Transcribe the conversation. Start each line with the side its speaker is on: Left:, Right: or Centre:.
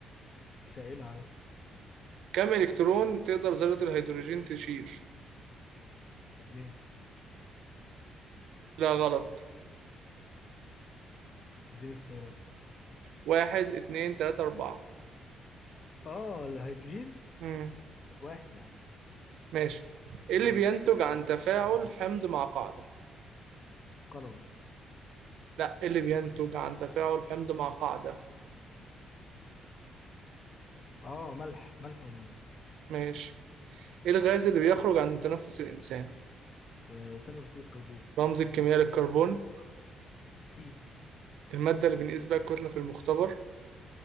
Left: سائل عادي
Right: كم إلكترون تقدر ذرة الهيدروجين تشيل
Left: اتنين
Right: لا غلط
Left: اديني اختيارات
Right: واحد اتنين تلاتة أربعة
Left: اه الهيدروجين
Right: مم.
Left: واحد يا عم
Right: ماشي إيه
Left: بتاعت
Right: اللي بينتج عن تفاعل حمض مع قاعدة
Left: قلوي
Right: لا إيه اللي بينتج عن تفاعل حمض مع قاعدة
Left: اه ملح ملح ومية
Right: ماشي إيه الغاز اللي بيخرج عن تنفس الإنسان
Left: آه ثاني أكسيد الكربون
Right: رمز الكيمياء للكربون
Left: سي
Right: المادة اللي بنقيس بيها الكتلة في المختبر